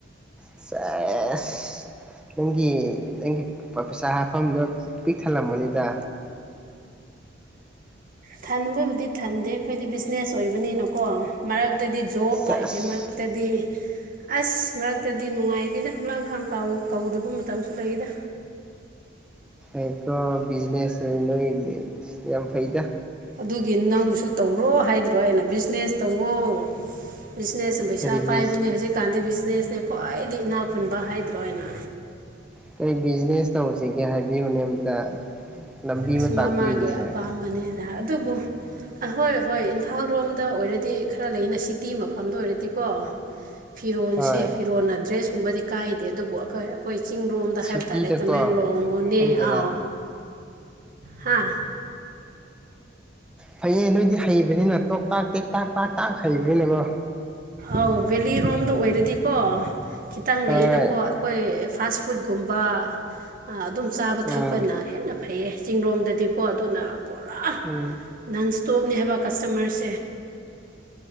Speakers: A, in the centre; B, on the right.
A: ꯁꯦꯁ ꯅꯪꯒꯤ ꯅꯪꯒꯤ ꯄꯩꯁꯥ ꯍꯥꯞꯐꯝꯗꯣ ꯄꯤꯛ ꯊꯜꯂꯝꯕꯅꯤꯗ
B: ꯊꯟꯕꯕꯨꯗꯤ ꯊꯟꯗꯦ ꯑꯩꯈꯣꯏꯗꯤ ꯕꯤꯖꯤꯅꯦꯁ ꯑꯣꯏꯕꯅꯤꯅꯀꯣ ꯃꯔꯛ ꯑꯗꯨꯗꯤ ꯖꯣ
A: ꯁꯦꯁ
B: ꯍꯥꯏ ꯃꯔ ꯃꯇꯗꯤ ꯑꯁ ꯃꯔꯛꯇꯗꯤ ꯅꯨꯡꯉꯥꯏꯔꯤꯗ ꯍꯂꯥꯡꯈꯥꯡꯥꯎ ꯀꯧꯗꯕ ꯃꯇꯝꯁꯨ ꯂꯩꯗ
A: ꯑꯩꯣ ꯕꯤꯖꯤꯅꯦꯁ ꯅꯣꯏ ꯌꯥꯝ ꯐꯩꯗ
B: ꯑꯗꯨꯒꯤ ꯅꯪꯕꯨꯁꯨ ꯇꯧꯔꯣ ꯍꯥꯏꯗ꯭ꯔꯣ ꯑꯩꯅ ꯕꯤꯖꯤꯅꯦꯁ ꯇꯧꯋꯣ ꯕꯤꯖꯤꯅꯦꯁ ꯄꯩꯁꯥ
A: ꯀꯔꯤ ꯕꯤꯖ
B: ꯄꯥꯏꯕꯅꯦ ꯍꯧꯖꯤꯛꯀꯥꯟꯗꯤ ꯕꯤ ꯕꯤꯖꯤꯅꯦꯁꯅꯦ ꯈ꯭ꯋꯥꯏꯗꯒꯤ ꯏꯅꯥ ꯈꯨꯟꯕ ꯍꯥꯏꯗ꯭ꯔꯣꯅ
A: ꯀꯔꯤ ꯕꯤꯖꯤꯅꯦꯁ ꯇꯧꯁꯤꯒꯦ ꯍꯥꯏꯕꯤꯌꯨꯅꯦ ꯑꯝꯇ ꯂꯝꯕꯤ
B: ꯑꯁ
A: ꯑꯃ ꯇꯥꯛꯄꯤꯌꯨꯅꯦꯁꯦ
B: ꯃꯥ ꯃꯥꯒꯤ ꯑꯄꯥꯝꯕꯅꯦꯗ ꯑꯗꯨꯕꯨꯍꯣꯏ ꯍꯣꯏ ꯏꯝꯐꯥꯜ ꯔꯣꯝꯗ ꯑꯣꯏꯔꯗꯤ ꯇꯤ ꯈꯔ ꯂꯩꯅ ꯁꯤꯇꯤ ꯃꯐꯝꯗ ꯑꯣꯏꯔꯗꯤꯀꯣ ꯐꯤꯔꯣꯁꯦ
A: ꯍꯣꯏ
B: ꯐꯤꯔꯣꯅ ꯗ꯭ꯔꯦꯁ ꯨꯝꯕꯗꯤ ꯀꯥꯏꯗꯦ ꯑꯗꯨꯕꯨ ꯑꯩꯈꯣꯏ ꯑꯩꯈꯣꯏ ꯆꯤꯡ ꯂꯣꯝꯗ
A: ꯁꯤꯇꯤꯗꯀꯣ
B: ꯍꯥꯏꯕ ꯇꯥꯔꯦ ꯇꯃꯦꯡꯂꯣꯡ ꯅꯣꯅꯦ
A: ꯈꯪꯗꯦꯅꯦ
B: ꯑꯥꯎ ꯍꯥꯥ
A: ꯐꯩꯌꯦ ꯅꯣꯏꯗꯤ ꯍꯩꯕꯅꯤꯅ ꯇꯣꯛ ꯇꯥꯛ ꯇꯦꯛ ꯇꯥꯛ ꯇꯥꯛ ꯇꯥꯛ ꯍꯩꯕꯅꯤꯅꯦꯀꯣ
B: ꯑꯧ ꯚꯦꯂꯤꯔꯣꯝꯗ ꯑꯣꯏꯔꯗꯤꯀꯣ ꯈꯤꯇꯪ
A: ꯍꯣꯏ
B: ꯂꯩꯌꯦꯅꯀꯣ ꯑꯩꯈꯣꯏ ꯐꯥꯁ ꯐꯨꯗꯀꯨꯝꯕ ꯑꯗꯨꯝ ꯆꯥꯕ
A: ꯎꯝ
B: ꯊꯛꯄꯅ ꯍꯦꯟꯅ ꯐꯩꯌꯦ ꯆꯤꯡꯡꯂꯣꯝꯗꯗꯤꯀꯣ ꯑꯗꯨꯅ ꯄꯨꯔꯥ
A: ꯎꯝ
B: ꯅꯟꯁ ꯇꯣꯞꯅꯦ ꯍꯥꯏꯕ ꯀꯁꯇꯃꯔꯁꯦ